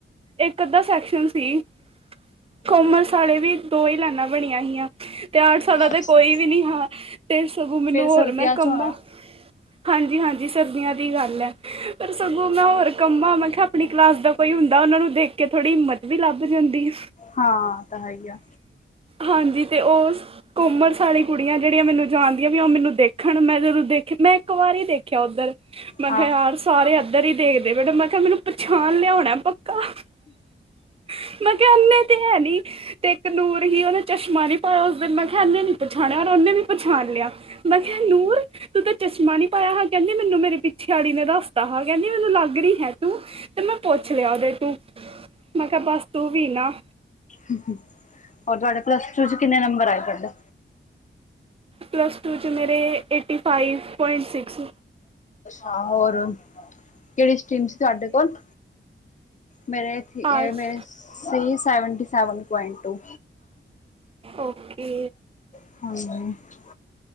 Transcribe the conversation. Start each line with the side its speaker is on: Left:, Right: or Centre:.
Right: ਇੱਕ ਅੱਧਾ ਸੈਕਸ਼ਨ ਸੀ ਕੋਮਰਸ ਵਾਲੇ ਵੀ ਦੋ ਹੀ ਲਾਈਨਾਂ ਬਣੀਆਂ ਹੀਆਂ ਤੇ ਅਠ ਸਾਲਾਂ ਤੇ
Left: ਅੱਛਾ
Right: ਕੋਈ
Left: ਅੱਛਾ
Right: ਵੀ ਨੀ ਹਾਂ ਤੇ ਸਗੋਂ ਮੈਨੂੰ
Left: ਫਿਰ
Right: ਹੋਰ
Left: ਸਰਦੀਆਂ
Right: ਮੈਂ
Left: ਚ
Right: ਕੰਮਾ
Left: ਹੋਣਾ
Right: ਹਾਂਜੀ ਹਾਂਜੀ ਸਰਦੀਆਂ ਦੀ ਗੱਲ ਐ ਪਰ ਸਗੋਂ ਮੈਂ ਹੋਰ ਕੰਮਾ ਮੈਂ ਕਿਹਾ ਆਪਣੀ ਕਲਾਸ ਦਾ ਕੋਈ ਹੁੰਦਾ ਉਹਨਾ ਨੂੰ ਦੇਖ ਕੇ ਥੋੜੀ ਹਿੰਮਤ ਵੀ ਲੱਭ ਜਾਂਦੀ
Left: ਹਾਂ ਉਹ ਤਾਂ ਹੈ ਹੀ ਆ
Right: ਹਾਂਜੀ ਤੇ ਉਹ ਕੋਮਰਸ ਵਾਲੀ ਕੁੜੀਆਂ ਜਿਹੜੀਆਂ ਮੈਨੂੰ ਜਾਣਦੀਆਂ ਵੀ ਉਹ ਮੈਨੂੰ ਦੇਖਣ ਮੈਂ ਜਦੋਂ ਦੇਖ ਮੈਂ ਇੱਕ ਵਾਰ ਹੀ ਦੇਖਿਆ ਉੱਧਰ ਮੈਂ
Left: ਹਾਂ
Right: ਕਿਹਾ ਯਾਰ ਸਾਰੇ ਇੱਧਰ ਹੀ ਦੇਖਦੇ ਬੇਟਾ ਮੈਂ ਕਿਹਾ ਮੈਨੂੰ ਪਛਾਣ ਲਿਆ <unintelligible> ਮੈਂ ਕਿਹਾ ਉਨੇ ਦਿਨ ਕਹਿੰਦੀ ਤੇ ਇੱਕ ਨੂਰ ਹੀ ਉਹਨੇ ਚਸ਼ਮਾ ਨੀ ਪਾਇਆ ਉਸ ਦਿਨ ਮੈਂ ਇੰਨੇ ਨੀ ਪਛਾਣਿਆ ਯ ਉਹਨੇ ਵੀ ਪਛਾਣ ਲਿਆ ਮੈਂ ਕਿਹਾ ਨੂਰ ਤੂੰ ਤਾਂ ਚਸ਼ਮਾ ਨੀ ਪਾਇਆ ਕਹਿੰਦੀ ਮੈਨੂੰ ਮੇਰੀ ਪਿੱਛੇ ਵਾਲੀ ਨੇ ਦੱਸਤਾ ਕਹਿੰਦੀ ਉਹਨੂੰ ਲੱਗ ਰਹੀ ਹੈ ਤੂੰ ਤੇ ਮੈਂ ਪੁੱਛ ਲਿਆ ਉਹਦੇ ਤੋਂ ਮੈਂ ਕਿਹਾ ਬਸ ਤੂੰ ਵੀ ਨਾ
Left: ਹੂੰ-ਹੂੰ ਔਰ ਤੁਹਾਡੇ ਪਲੱਸ ਟੂ ਚ ਕਿੰਨੇ ਨੰਬਰ ਆਏ ਤੁਹਾਡਾ?
Right: ਪਲੱਸ ਟੂ 'ਚ ਮੇਰੇ ਏਟੀ ਫਾਈਵ ਪੁਆਇੰਟ ਸਿਕਸ।
Left: ਹਾਂ ਹੋਰ ਕਿਹੜੀ ਸਟਰੀਮ ਸੀ ਤੁਹਾਡੇ ਕੋਲ ਮੇਰੇ ਇਹ
Right: ਆਰਟਸ
Left: ਮੇਰੇ ਸੀ seventy seven point two.
Right: Okay.
Left: <unintelligible>